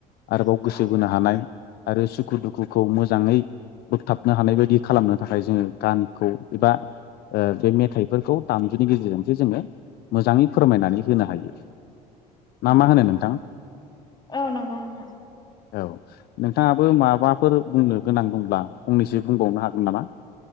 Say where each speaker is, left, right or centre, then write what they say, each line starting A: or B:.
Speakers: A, on the left (about 50°); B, on the left (about 20°).
A: आरोबाव
B: औ
A: गोसो बोनो हानाय आरो सुखु दुखुखौ मोजाङै। बोगथाबनो हानाय बायदि खालामनो थाखाय जोङो गामिखौ एबा। ओ बे मेथाइफोरखौ दामजुनि गेजेरजों। जोङो मोजाङै फोरमायनानै होनो हायो। मा
B: औ
A: मा होनो नोंथां
B: औ नंगौ नोंथां
A: औ। नोंथाङाबो माबाफोर बुंनो गोनां दंब्ला फंनैसो बुंबावनो हागोन नामा?